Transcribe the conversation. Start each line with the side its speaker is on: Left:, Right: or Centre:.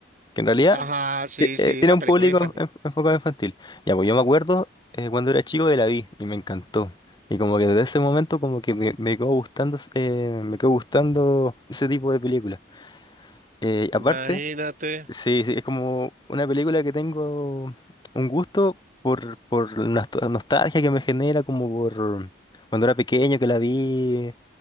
Left: que en realidad
Right: Ajá, sí,
Left: ti- eh,
Right: sí,
Left: tiene
Right: la
Left: un
Right: película
Left: público
Right: infantil.
Left: en- enfocado infantil. Ya, pues yo me acuerdo eh, cuando era chico que la vi y me encantó. Y como que desde ese momento como que me, me quedó gustando, eh, me quedó gustando ese tipo de película. Eh, aparte,
Right: Imagínate.
Left: sí, sí, es como una película que tengo un gusto por, por la nostal- nostalgia que me genera como por cuando era pequeño que la vi.